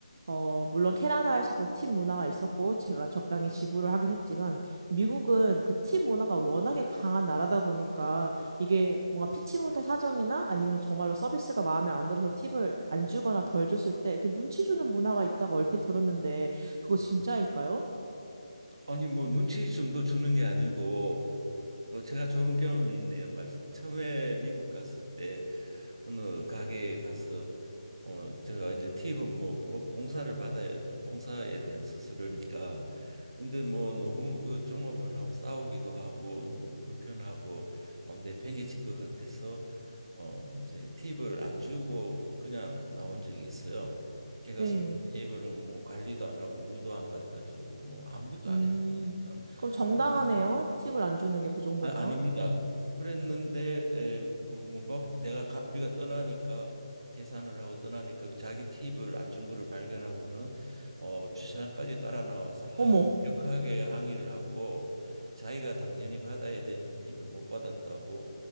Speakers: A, on the right (about 35°); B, on the right (about 55°).
A: 어, 물론 캐나다에서도 팀 문화가 있었고, 제가 적당히 지불을 하긴 했지만, 미국은 그 팀 문화가 워낙에 강한 나라다 보니까, 이게 뭔가 피치 못할 사정이나 아니면 정말로 서비스가 마음에 안 들어서 팁을 안 주거나 덜 줬을 때, 이렇게 눈치 주는 문화가 있다고 얼핏 들었는데, 그거
B: 뭐,
A: 진짜일까요?
B: 아니 뭐 눈치 정도 주는 게 아니고 뭐 제가 좋은 경험이 있네요. 말씀 처음에 미국 갔을 때 어느 가게에 가서 어 제가 이제 팁은 뭐 봉- 봉사를 받아야 저는 봉사에 대한 수수료니까 근데 뭐 너무 그 종업원하고 싸우기도 하고 너무 불편하고 막 내팽개친 것 같아서 어 이제 팁을 안 주고 그냥 나온 적이 있어요. 걔가
A: 네.
B: 손 테이블은 뭐 관리도 안 하고 물도 안 갖다 주고 뭐 아무것도
A: 음,
B: 안 했어요 일단
A: 그럼 정당하네요.
B: 그래서
A: 팁을 안 주는 게 그 정도면.
B: 아, 아닙니다. 그랬는데 에, 그 문밖 내가 가, 우리가 떠나니까 계산을 하고 떠나니까 자기 팁을 안 준 거를 발견하고는 어, 주차장까지 따라 나와서 아주
A: 어머,
B: 격하게 항의를 하고 자기가 당연히 받아야 되는 팁을 못 받았다고